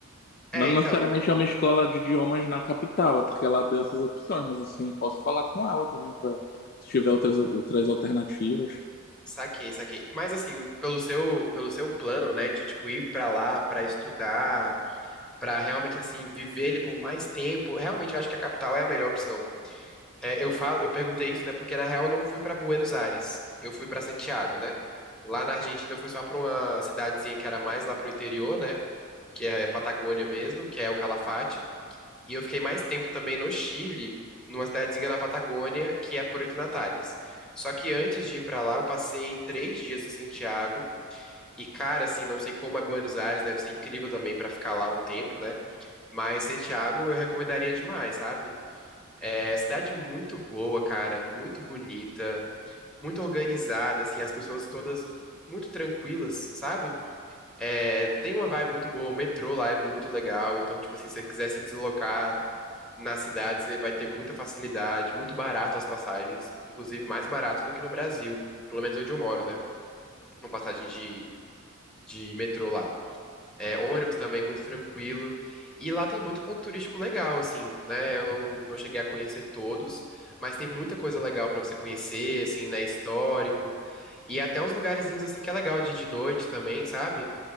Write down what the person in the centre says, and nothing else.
é,
então,
saquei, saquei. Mas assim, pelo seu pelo seu plano, né, de tipo ir pra lá pra estudar, pra realmente assim viver ele por mais tempo, realmente eu acho que a capital é a melhor opção. É, eu falo, eu perguntei isso, né? Porque na real eu não fui pra Buenos Aires, eu fui pra Santiago, né? Lá na Argentina eu fui só pra uma cidadezinha que era mais lá pro interior, né? Que é é Patagônia mesmo, que é o Calafate. E eu fiquei mais tempo também no Chile, numa cidadezinha na Patagônia, que é Puerto Natales. Só que antes de ir pra lá, eu passei três dias em Santiago. E cara, assim, não sei como é Buenos Aires, deve ser incrível também pra ficar lá um tempo, né? Mas Santiago eu recomendaria demais, sabe? É, cidade muito boa, cara, muito bonita, muito organizada, assim, as pessoas todas muito tranquilas, sabe? É, tem uma vibe muito boa, o metrô lá é muito legal, então, tipo assim, se você quiser se deslocar na cidade, você vai ter muita facilidade, muito barato as passagens, inclusive mais barato do que no Brasil, pelo menos onde eu moro, né? Uma passagem de, de metrô lá. É, ônibus também, muito tranquilo. E lá tem muito ponto turístico legal, assim, né? Eu não, não cheguei a conhecer todos, mas tem muita coisa legal pra você conhecer, assim, né? Histórico. E até uns lugarzinhos, assim, que é legal de ir de noite também, sabe?